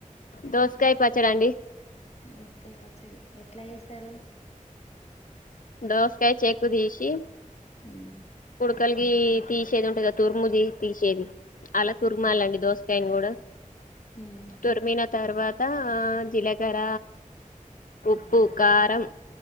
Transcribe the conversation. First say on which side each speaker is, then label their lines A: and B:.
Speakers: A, on the left; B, on the left.
A: దోసకాయ పచ్చడా అండి
B: దోసకాయ్ పచ్చడి ఎట్ల చేసారు
A: దోస్కాయ్ చెక్కుదీసి
B: హ్మ్
A: కలిగి తీసేది ఉంటు కా తుర్ముది తీసేది అలా తుర్మాలండి దోసకాయని కూడా
B: మ్మ్
A: తుర్మిన తర్వాత జీలకర ఉప్పు కారం